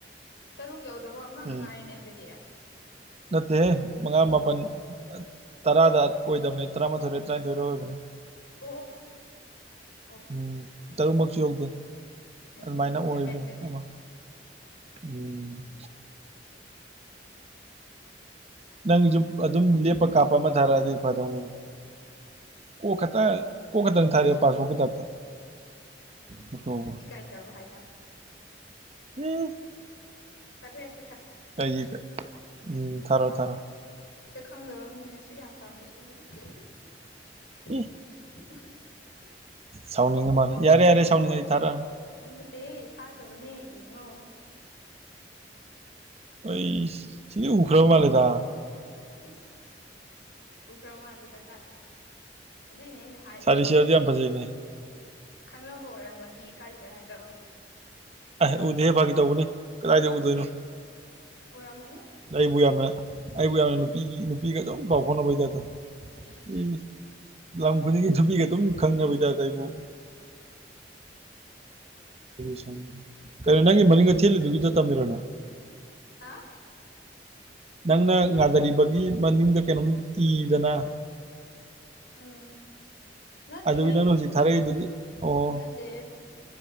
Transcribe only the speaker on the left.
ꯇꯔꯨꯛ ꯌꯧꯗꯧꯕ ꯑꯃ ꯈꯛ
ꯉꯥꯏꯔꯦꯅꯦ ꯑꯗꯨꯗꯤ
ꯑꯣ ꯑꯣ
ꯍꯦꯒꯣ
ꯆꯨꯝꯃꯦ ꯆꯨꯝꯃꯦ
ꯏꯀꯥꯏꯖꯕ ꯍꯥꯏꯇꯥꯔꯦ
<unintelligible>
ꯁꯛ ꯈꯪꯗꯕ ꯃꯤꯅꯁꯨ ꯌꯥꯝ ꯄꯥꯝꯕꯁꯤꯕꯨ <unintelligible>
ꯑꯩ ꯅꯠꯇꯦꯍꯦ ꯊꯥꯈ꯭ꯔꯕꯅꯦ ꯌꯦꯡꯉꯣ
ꯏ꯭ꯁ ꯎꯈ꯭ꯔꯕ ꯃꯥꯂꯦꯗ ꯀꯥꯏ ꯑꯥ ꯑꯗꯨꯏꯅꯤ ꯑꯩꯅ ꯍꯥꯏꯗꯣ
ꯈꯪꯂꯝꯕ ꯑꯣꯏꯔꯝꯃꯗꯤ ꯏꯀꯥꯏꯖꯩ ꯍꯥꯏꯗꯣꯛ ꯑꯣ
ꯑꯣꯏꯔꯝꯃꯅꯤ
ꯑꯩꯁ
ꯍꯥ
ꯎꯝ ꯅꯠꯇꯦꯍꯦ
ꯅꯠꯇꯦꯍꯦ